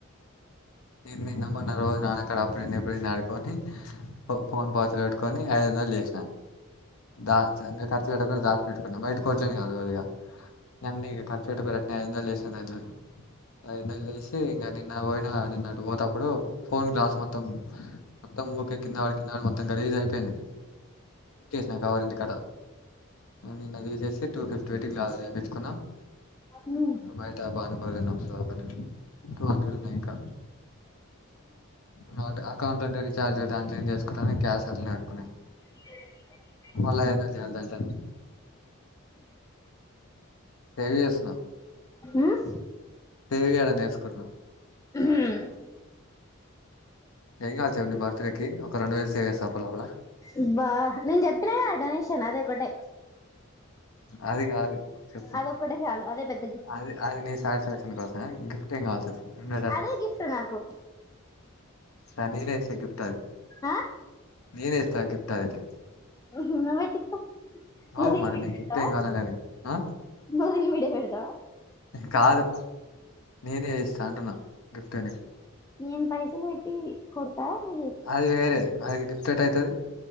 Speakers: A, on the left; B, on the left.
A: నేను నిన్న మొన్న రోజు నాన్న కాడ అప్పుడని ఇప్పుడని ఆడుకోని ఫోన్ పాత్రలు పెట్టుకని ఐదు వందలు చేసినా. దాస్ం ఖర్చు పెట్టటుక కూడా దాస్ పెట్టుకుంటన్నాం బయట కొట్లేని గగా నంీ ఖర్చు పెటుకు <unintelligible> ఏందో లేచిన <unintelligible> వదు నెలు చేసి ఇంకా నిన్న పోయిన నిన్న పోతప్పుడు ఫోన్ గ్లాస్ మొత్తం. మొత్తం ఊకె కిందవాడు కిన్నాడు మొం గలీజ్ అయిపోయింది. నా కావారెంటంటి కదా నిన్న తీసేసి టూ ఫిఫ్టీ పెయిటింగ్ రేయించుకున్నాను.
B: ఉ.
A: బయట పానిపూరితన్న సో ఒక్క నిమిషం <unintelligible> ఇంకా వా అకౌంట్ ఉంటే రీచార్జ్ దాట్లో ఏ చేసుకోడాని క్యాష్ అట్లనే పెట్టుకున్నాయి.
B: అ
A: మళ్ళ ఏంద జాలదంట. సేవ్ చేస్తున్నా
B: ఆస్.
A: సేవ్ చేయాలని వేసుకున్నాం.
B: హ
A: ఏం ఏం కావాలో చెప్పు నీ బర్తడే కి ఒక రెండు వేలు సేవ్ చేస్తా అప్పు లోపల.
B: అబ్బా నేను చెప్పినాగా డొనేషన్ అదే ఒకటే.
A: అది కాదు చెప్పు
B: అదొక్కటే చాలు అదే పెద్ద గిఫ్ట్
A: అది అది నీ సాటిస్ఫాక్షన్స్తా. గిఫ్ట్ ఏం కావాల్స రండ.
B: అదే గిఫ్ట్ నాకు
A: రన్నింగ్ రైస్ గిఫ్ట్ అది.
B: ఆ.
A: నేనే ఇస్తా గిఫ్ట్ అయితే.
B: ఊహు నువ్వు ఎట్టిత్తావ్. నీ
A: అవు
B: విడ
A: మరి నీకు గిఫ్ట్
B: పెడుతవా
A: ఏం కావాలని అడిగి ఆ
B: నదీలు విడ పెడతవా.
A: కాదు నేనే ఇస్తా అంటున్నా గిఫ్ట్ అని.
B: నేను పైసలు పెట్టి. కొడతా నువ్వు చేపి
A: అది వేరే అది గిఫ్ట్ ఎట్ అయితుది.